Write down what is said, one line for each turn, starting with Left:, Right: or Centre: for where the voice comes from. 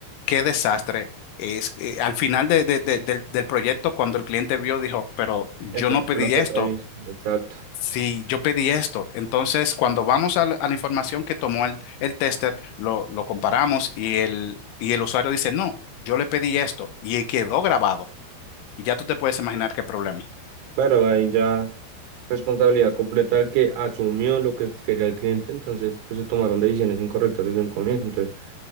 Left: qué desastre es. eh, al final de- de- de- del, del proyecto, cuando el cliente vio, dijo, pero yo
Right: Esto
Left: no pedí
Right: fue lo que
Left: esto.
Right: pedí. Exacto.
Left: Sí, yo pedí esto. Entonces, cuando vamos a la, a la información que tomó el, el tester, lo, lo comparamos y el, y el usuario dice, no, yo le pedí esto y quedó grabado. Y ya tú te puedes imaginar qué problema.
Right: Claro, ahí ya responsabilidad completa del que asumió lo que quería el cliente, entonces pues se tomaron decisiones incorrectas desde un comienzo. Entonces,